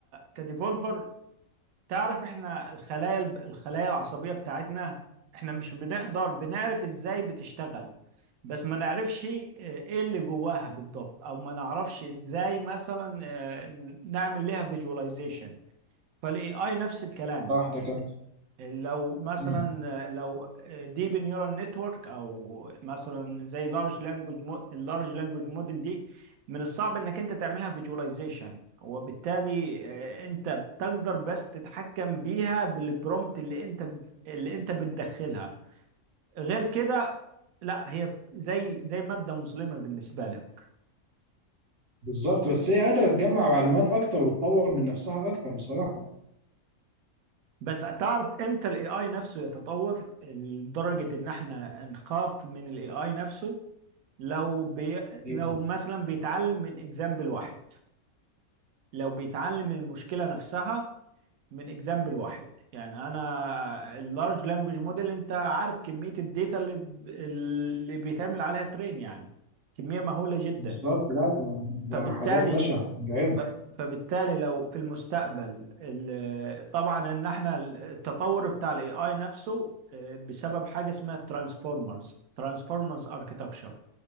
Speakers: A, on the right; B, on the right.
A: كديفولبر تعرف احنا الخلايا الخلايا العصبية بتاعتنا احنا مش بنقدر بنعرف ازاي بتشتغل بس ما نعرفش اه، ايه اللي جواها بالضبط او ما نعرفش ازاي مثلا اه، نعمل لها فيجواليزيشن فالاي اي نفس الكلام
B: صح ده كمان
A: لو مثلا
B: مم.
A: لو ديب نيورال نتورك او مثلا زي لارج لانجوج اللارج لانجوج موديل دي من الصعب انك انت تعملها فيجواليزيشن وبالتالي آه، انت بتقدر بس تتحكم بيها بالبرومت اللي انت اللي انت بتدخلها غير كده لا هي زي زي مادة مظلمة بالنسبة لك
B: بالظبط بس هي قادرة تجمع معلومات أكتر وتطور من نفسها أكتر بصراحة
A: بس تعرف امتى الاي اي نفسه يتطور لدرجة ان احنا نخاف من الاي اي نفسه لو بي...
B: هي-
A: لو مثلا بيتعلم من اكزامبل واحد لو بيتعلم المشكله نفسها من اكزامبل واحد يعني انا اللارج لانجوج موديل انت عارف كميه الداتا اللي ب- اللي بيتعمل عليها ترين يعني كميه مهوله جدا
B: بالظبط لا ده, ده
A: فبالتالي
B: حاجات بشعة مرعبة
A: فبالتالي لو في المستقبل ال- طبعا ان احنا التطور بتاع الاي اي نفسه آه، بسبب حاجه اسمها ترانسفورمرز ترانسفورمرز اركيتكتشر